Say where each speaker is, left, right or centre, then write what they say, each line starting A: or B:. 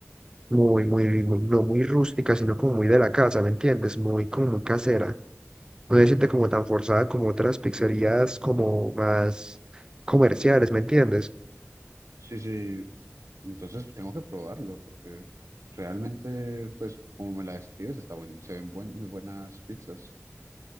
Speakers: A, on the right; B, on the right.
A: muy, muy, muy- no muy rústica, sino como muy de la casa, ¿me entiendes? Muy, como muy casera. no se siente como tan forzada como otras pizzerías como más comerciales, ¿me entiendes?
B: sí, sí. Entonces tengo que probarlo, porque realmente, pues como me la describes, está buen, se ven buen- muy buenas pizzas.